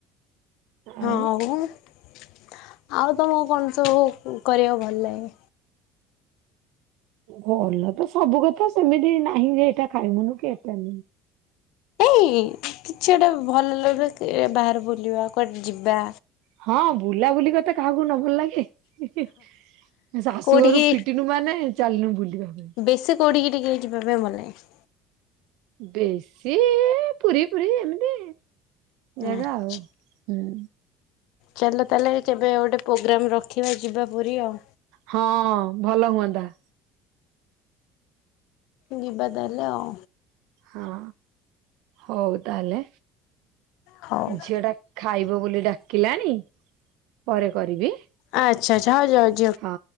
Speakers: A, on the right; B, on the left.
A: ଆଉ
B: ଆଉ-ଆଉ ତମକୁ କଣ ସବୁ କରିଆକୁ ଭଲ୍ ଲାଗେ?
A: ଭଲ ତ ସବୁ କଥା ସେମିତି ନାହିଁ ଯେ ଏଇଟା <unintelligible> କି ଏଟା <unintelligible>
B: <unintelligible> କିଛି <unintelligible> ଭଲ <unintelligible> ବାହାରେ ବୁଲିବା କୁଆଡେ ଯିବା
A: ହଁ ବୁଲାବୁଲି କଥା କାହାକୁ ନ ଭଲ୍ ଲାଗେ। ହିଁ ହିଁ ଶାଶୁଘରୁ
B: କୋଉଠିକି
A: ଫିଟିନୁ ମାନେ <unintelligible> ବୁଲିବା ପାଇଁ।
B: ବେଶୀ କୋଉଠିକି ଟିକେ ଯିବା ପାଇଁ ଭଲ୍ ଲାଗେ?
A: ବେଶୀ ଏ ପୁରୀ-ପୁରୀ ଏମିତି ଜାଗା
B: ଆଚ୍ଛା।
A: ଆଉ। ହୁଁ।
B: ଚାଲ ତାହେଲେ କେବେ ଗୋଟେ ପ୍ରୋଗ୍ରାମ୍ ରଖିବା ଯିବା ପୁରୀ ଆଉ।
A: ହଁ, ଭଲ ହୁଅନ୍ତା।
B: ଯିବା ତାହଲେ ଆଉ।
A: ହଁ ହଉ ତାହେଲେ
B: ହଉ
A: ଝିଅଟା ଖାଇବ ବୋଲି ଡାକିଲାଣି ପରେ କରିବି।
B: ଆଚ୍ଛା-ଆଚ୍ଛା <unintelligible>
A: ହଁ।